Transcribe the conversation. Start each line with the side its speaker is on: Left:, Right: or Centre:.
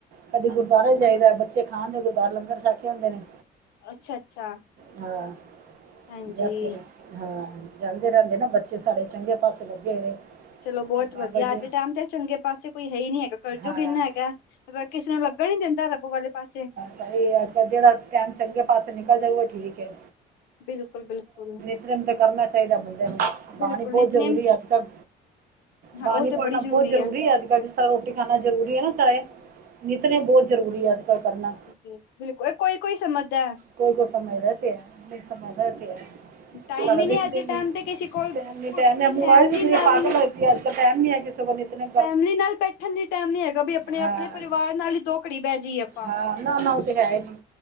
Right: ਕਦੇ ਗੁਰਦੁਆਰੇ ਜਾਈਦੈ ਬ ਬੱਚੇ ਖਾ ਆਂਦੇ ਜੇ ਘਾਰ, ਲੰਗਰ ਛੱਕੇ ਆਂਦੇ ਨੇ।
Left: ਅੱਛਾ, ਅੱਛਾ।
Right: ਹਾਂ,
Left: ਹਾਂਜੀ
Right: ਜੈਸੇ ਹਾਂ, ਜਾਂਦੇ ਰੈਂਦੇ ਨੇ ਬੱਚੇ ਸਾਡੇ ਚੰਗੇ ਪਾਸੇ ਲੱਗੇ ਹੋਏ ਨੇ।
Left: ਚਲੋ ਬੋਤ
Right: ਬਾਬਾ
Left: ਵਦੀਆ,
Right: ਜੀ
Left: ਆੱਜ ਦੇ ਟਾਈਮ ਤੇ ਚੰਗੇ ਪਾਸੇ ਕੋਈ ਹੈਈ ਨੀ ਹੈਗਾ, ਕਰਜੂਗ
Right: ਹਾਂ
Left: ਇੰਨਾ ਹੈਗੈ। ਅਗਰ ਕਿਸੀ ਨੂੰ ਲੱਗਦਾ ਨੀ ਜਨਤਾ ਰੱਬ ਵਾਲੇ ਪਾਸੇ
Right: ਸਈ, ਅਜ-ਕਲ ਜੇੜਾ ਟੈਮ ਚੰਗੇ ਪਾਸੇ ਨਿਕਲ ਜਾਏ ਓ ਠੀਕੈ।
Left: ਬਿਲਕੁਲ, ਬਿਲਕੁਲ।
Right: ਸਿਮਰਨ ਤੇ ਕਰਨਾ ਚਾਈਦੈ ਬੰਦੇ ਨੂੰ,
Left: ਬਿਲਕੁਲ
Right: ਬਾਣੀ ਬੋਤ
Left: ਨਿਤਨੇਮ
Right: ਜਰੂਰੀ ਏ ਅੱਜ-ਕੱਲ।
Left: ਹਾਂ
Right: ਬਾਣੀ
Left: ਉਹ ਤਾਂ
Right: ਪੜਨਾ
Left: ਬੜੀ ਜ਼ਰੂਰੀ
Right: ਬੋਤ ਜਰੂਰੀ
Left: ਹੈ
Right: ਏ ਆੱਜ-ਕਾੱਲ ਰੋਟੀ ਖਾਨਾ ਜਰੂਰੀ ਏ ਨਾ ਸਾਏ, ਨਿਤਨੇਮ ਬੋਤ ਜਰੂਰੀ ਐ। ਤੈ ਕਰਨਾ
Left: <unintelligible> ਕੋਈ, ਕੋਈ ਸਮਝਦੈ।
Right: ਕੋਈ ਕੋਈ ਸਮਝਦੈ ਐ ਤੇ ਹੈ, ਨਈ ਸਮਝਦਾ ਐ ਤੇ ਹੈ।
Left: ਟਾਈਮ
Right: <unintelligible>
Left: ਹੀ ਨਹੀਂ ਅੱਜ ਦੇ ਟਾਈਮ ਤੇ ਕਿਸੇ ਕੋਲ
Right: ਮੋਬਾਇਲ
Left: ਫੈਮਲੀ
Right: ਚ ਦੁਨੀਆ
Left: ਨਾਲ
Right: ਪਾਗਲ ਹੋਈ ਪੀ ਏ, ਅਜ-ਕਲ ਟੈਮ ਨੀ ਐ ਕਿਸ ਕਿਸੇ ਕੋਲ ਇਤਨਾ।
Left: ਫੈਮਲੀ ਨਾਲ ਬੈਠਨ ਲਈ ਟੈਮ ਨੀ ਹੈਗਾ ਬੀ ਅਪਣੇ-ਅਪਣੇ
Right: ਹਾਂ
Left: ਪਰਿਵਾਰ ਨਾਲ ਈ ਦੋ ਘੜੀ ਬੈ ਜਈਏ ਅਪਾਂ।
Right: ਹਾਂ ਨਾ, ਨਾ ਓ ਤੇ ਹੈ ਨੀ,